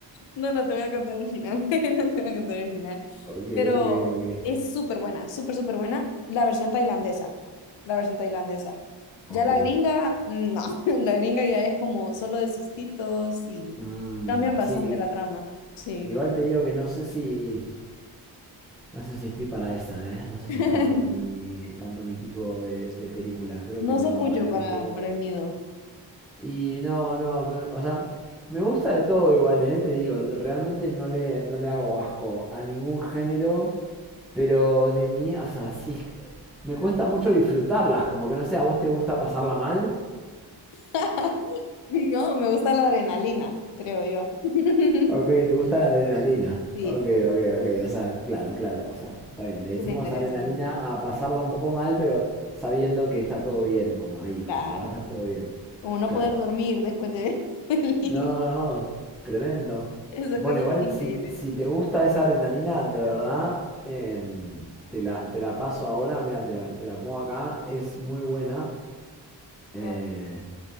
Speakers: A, on the left; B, in the centre.
A: No, no te voy a contar el final, <laughs> no te voy a contar el final,
B: Ok,
A: pero
B: ok, ok.
A: es súper buena, súper, súper buena la versión tailandesa, la versión tailandesa. Ya
B: Ok.
A: la gringa, no, <laughs> la gringa ya es como solo de sustitos y
B: Mm,
A: cambian bastante
B: sí,
A: la trama, sí.
B: igual te digo que no sé si... No sé si estoy para esa, ¿eh? No sé si
A: <laughs>
B: es tanto mi, tanto mi tipo de, de película. Creo
A: No
B: que me
A: soy
B: va a
A: mucho
B: poner
A: para,
B: un poco...
A: para el miedo.
B: Y no, no, me- o sea, me, me gusta de todo igual, ¿eh? Te digo, realmente no le, no le hago asco a ningún género. Pero de mí, o sea, sí, es que me cuesta mucho disfrutarlas, como que no sé, ¿a vos te gusta pasarla mal?
A: <laughs> No, me gusta la adrenalina, creo yo. <laughs>
B: Ok, ¿te gusta la adrenalina?
A: Sí,
B: Ok, ok, ok, o sea, claro, claro, o sea, está bien, le decimos
A: es lo interesante.
B: adrenalina a pasarla un poco mal, pero sabiendo que está todo bien, como ahí, como
A: Claro.
B: que va a estar todo bien.
A: Como no
B: Claro.
A: poder dormir después de ver <laughs> el-
B: No, no, tremendo.
A: Esas
B: Bueno,
A: cosas
B: igual
A: son increíbles.
B: si, si te gusta esa adrenalina, de verdad, em, te la, te la paso ahora, mira, te la, te la pongo acá, es muy buena.
A: Guau,
B: eh,